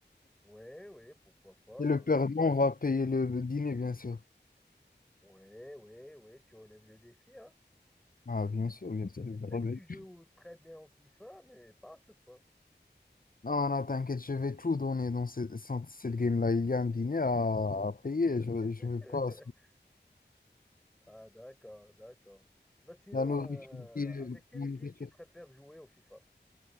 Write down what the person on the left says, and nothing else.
Et
le perdant va payer le dîner, bien sûr.
Ah, bien sûr, bien sûr. bien
sûr.
Non, non, t'inquiète, je vais tout donner dans cette, sans- cette game-là. Il y a un dîner à, à payer. Je ne
veux pas.
La nourriture.
la
nourriture.